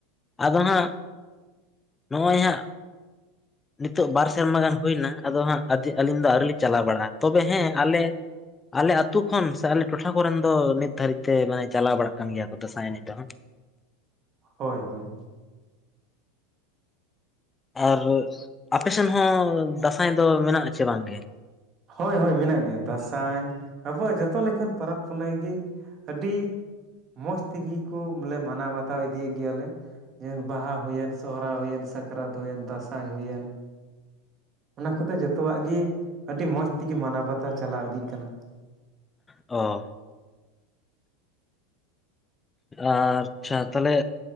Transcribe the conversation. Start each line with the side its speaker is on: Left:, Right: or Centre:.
Left: ᱟᱫᱚ ᱦᱟᱸᱜ ᱱᱚᱜᱼᱚᱭ ᱦᱟᱸᱜ ᱱᱤᱛᱚᱜ ᱵᱟᱨ ᱥᱮᱨᱢᱟ ᱜᱟᱱ ᱦᱩᱭᱮᱱᱟ ᱟᱫᱚ ᱦᱟᱸᱜ ᱟᱹᱞᱤᱧ ᱫᱚ ᱟᱹᱣᱨᱤ ᱞᱤᱧ ᱪᱟᱞᱟᱣ ᱵᱟᱲᱟᱜᱼᱟ, ᱛᱚᱵᱮ ᱦᱮᱸ ᱟᱞᱮ ᱟᱞᱮ ᱟᱹᱛᱩ ᱠᱷᱚᱱ ᱥᱮ ᱟᱞᱮ ᱴᱚᱴᱷᱟ ᱠᱚᱨᱮᱱ ᱫᱚ ᱱᱤᱛ ᱫᱷᱟᱹᱨᱤᱡ ᱛᱮ ᱢᱟᱱᱮ ᱪᱟᱞᱟᱣ ᱵᱟᱲᱟᱜ ᱠᱟᱱ ᱜᱮᱭᱟ ᱠᱚ ᱫᱟᱥᱟᱸᱭ ᱮᱱᱮᱡ ᱫᱚ ᱦᱟᱸᱜ᱾
Right: ᱦᱳᱭ ᱦᱳᱭ ᱦᱳᱭ᱾
Left: ᱟᱨ ᱟᱯᱮ ᱥᱮᱫ ᱦᱚᱸ ᱫᱟᱥᱟᱸᱭ ᱫᱚ ᱢᱮᱱᱟᱜᱼᱟ ᱪᱮ ᱵᱟᱝ ᱜᱮ?
Right: ᱦᱳᱭ ᱦᱳᱭ ᱢᱮᱱᱟᱜ ᱜᱮᱭᱟ ᱫᱟᱥᱟᱧ ᱟᱵᱚᱣᱟᱜ ᱡᱚᱛᱚ ᱞᱮᱠᱟᱱ ᱯᱚᱨᱚᱵᱽ ᱯᱩᱱᱟᱹᱭ ᱜᱤ ᱟᱹᱰᱤ ᱢᱚᱸᱡᱽ ᱛᱤᱜᱤ ᱠᱚ ᱵᱚᱞᱮ ᱢᱟᱱᱟᱣ ᱵᱟᱛᱟᱣ ᱤᱫᱤᱭᱮᱫ ᱜᱮᱭᱟᱞᱮ᱾ ᱡᱮᱢᱚᱱ ᱵᱟᱦᱟ ᱦᱩᱭᱮᱱ, ᱥᱚᱦᱨᱟᱭ ᱦᱩᱭᱮᱱ, ᱥᱟᱠᱨᱟᱛ ᱦᱩᱭᱮᱱ, ᱫᱟᱥᱟᱸᱭ ᱦᱩᱭᱮᱱ᱾ ᱚᱱᱟ ᱠᱚᱫᱚ ᱡᱚᱛᱚᱣᱟᱜ ᱜᱤ ᱟᱹᱰᱤ ᱢᱚᱸᱡᱽ ᱛᱤᱜᱤ ᱢᱟᱱᱟᱣ ᱵᱟᱛᱟᱣ ᱪᱟᱞᱟᱣ ᱤᱫᱤᱜ ᱠᱟᱱᱟ᱾
Left: ᱚ᱾
Right: <unintelligible>
Left: ᱟᱪᱪᱷᱟ ᱛᱟᱦᱚᱞᱮ